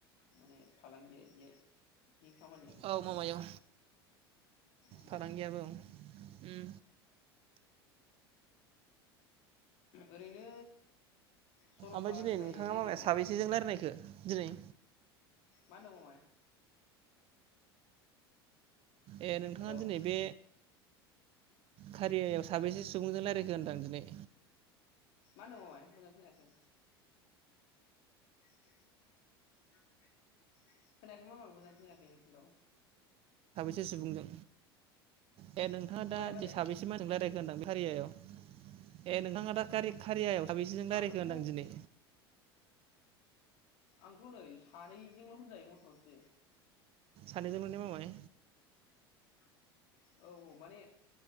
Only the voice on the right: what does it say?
औ मामाय औ
फालांगियाबो उम
ओमफाय दिनै
नोंथाङा
माबाया साबैसेजों रायलायखो दिनै?
ए नोंथाङा
दिनै
बे खारियायाव साबेैसे सुबुंजों रायलायखो होनदां दिनै?
से सुबुंजों ए नोंथाङा दा
साबेसे मानसिजों रायलायखो होनदां बे खारियायाव? ए नोंथाङा दा खारि-खारियायाव साबैसेजों रायलायखो
होनदां दिनै?
सानै जोंल' मामाय